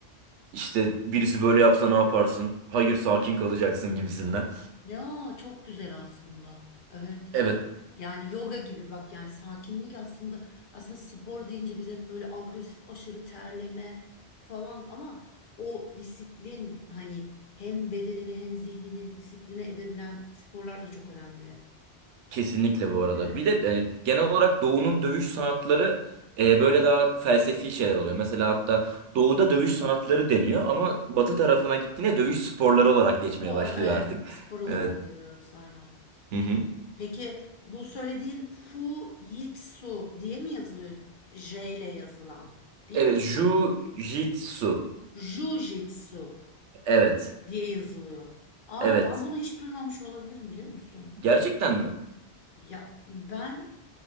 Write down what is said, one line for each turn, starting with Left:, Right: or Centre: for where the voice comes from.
Right: İşte birisi böyle yapsa ne yaparsın? Hayır sakin kalacaksın gibisinden.
Left: Ya çok güzel aslında. Evet.
Right: Evet
Left: Yani yoga gibi bak yani sakinlik aslında aslında spor deyince biz hep böyle agresif aşırı terleme falan ama o disiplin hani hem bedenini hem zihnini disipline edebilen sporlar da çok önemli.
Right: kesinlikle bu arada.
Left: Evet.
Right: Bir de hani genel olarak Doğu'nun dövüş sanatları e, böyle daha felsefi şeyler oluyor. Mesela hatta Doğu'da dövüş sanatları deniyor ama Batı tarafına gittiğinde dövüş sporları olarak geçmeye
Left: Spor
Right: başlıyor
Left: evet
Right: artık.
Left: spor olarak
Right: Evet.
Left: görüyoruz aynen.
Right: Hı hı.
Left: Peki bu söylediğin Fu Jitsu diye mi yazılıyor? J ile yazılan değil
Right: Evet,
Left: mi?
Right: Jiu-Jitsu.
Left: Jujitsu
Right: Evet.
Left: diye yazılıyor. Aa
Right: Evet.
Left: ben bunu hiç duymamış olabilirim biliyor musun?
Right: Gerçekten mi?
Left: Ya ben